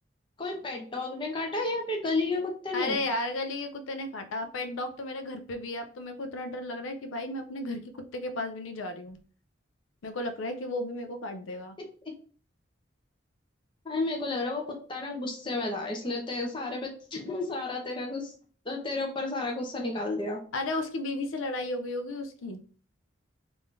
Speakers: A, on the left; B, on the left.
A: कोई पेट डॉग ने काटा या फिर गली के कुत्ते
B: अरे
A: ने
B: यार गली के कुत्ते ने काटा पेट डॉग तो मेरे घर पे भी है अब तो मेरे को इतना डर लग रहा है कि भाई मैं अपने घर के कुत्ते के पास भी नहीं जा रही हूँ मेरे को लग रहा है कि वो भी मेरे को काट देगा
A: <laughs> अरे मेरे को लग रहा है वो कुत्ता ना गुस्से में था इसलिए तेरे सारे पे <laughs> सारा तेरा गुस्सा तेरे ऊपर सारा गुस्सा निकाल दिया
B: अरे उसकी बीवी से लड़ाई हो गई होगी उसकी